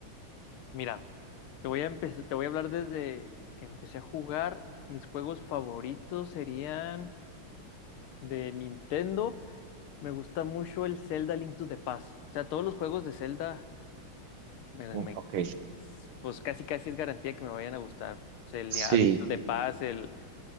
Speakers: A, on the left (about 85°); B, on the right (about 80°).
A: mira, te voy a empezar, te voy a hablar desde que empecé a jugar. Mis juegos favoritos serían de Nintendo. Me gusta mucho el Zelda Link to the Past. O sea, todos los juegos de Zelda, me,
B: Mm,
A: me-
B: Ok,
A: pues casi casi es garantía que me vayan a gustar. O sea, el
B: sí.
A: a Link to the Past, el,